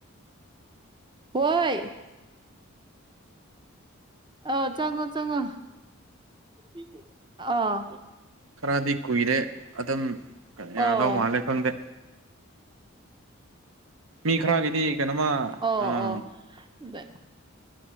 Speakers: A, on the right; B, on the right.
A: ꯍꯣꯏ ꯑꯥ ꯆꯪꯉꯣ ꯆꯪꯉꯣ <unintelligible> ꯑꯥ
B: ꯈꯔꯗꯤ ꯀꯨꯏꯔꯦ ꯑꯗꯨꯝ
A: ꯑꯣ
B: ꯌꯥꯗꯧ ꯃꯥꯜꯂꯦ ꯈꯪꯗꯦ ꯃꯤ ꯈꯔꯒꯤꯗꯤ ꯀꯩꯅꯣꯃꯥ
A: ꯑꯣ
B: ꯑꯥ
A: ꯑꯣ <unintelligible>